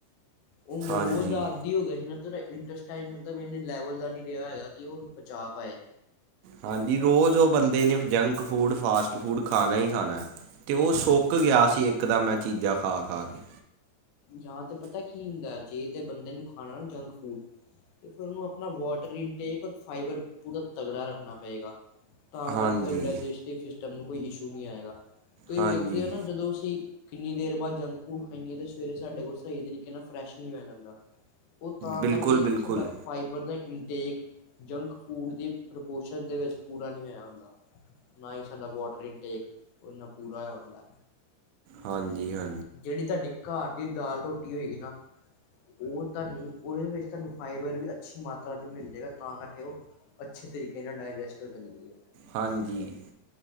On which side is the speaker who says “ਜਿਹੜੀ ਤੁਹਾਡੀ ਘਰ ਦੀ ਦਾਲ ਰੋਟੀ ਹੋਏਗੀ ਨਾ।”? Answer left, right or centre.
Left